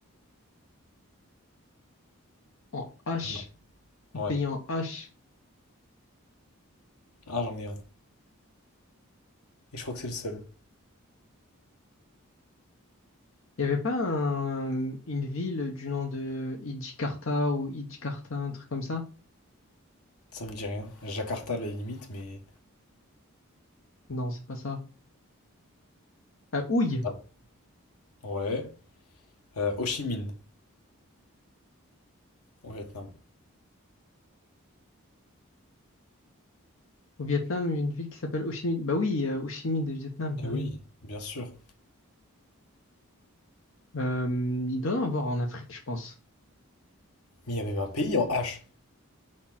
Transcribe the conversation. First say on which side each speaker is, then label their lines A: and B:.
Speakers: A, on the left; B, on the left.
A: En H.
B: Il y en a. Ouais.
A: Pays en H.
B: Ah, j'en ai un. Et je crois que c'est le seul.
A: Il n'y avait pas un- une ville du nom de Idjikarta ou Idjikarta, un truc comme ça?
B: Ça me dit rien. Jakarta, à la limite, mais.
A: Non, c'est pas ça. Euh, Houille,
B: Ah, Ouais. Euh, Ho Chi Minh, au Vietnam.
A: au Vietnam, une ville qui s'appelle Ho Chi Minh. Bah oui, euh, Ho Chi Minh de Vietnam, bah
B: Ah oui,
A: oui.
B: bien sûr.
A: Euh, il doit y en avoir en Afrique, je pense.
B: Mais il y a même un pays en H.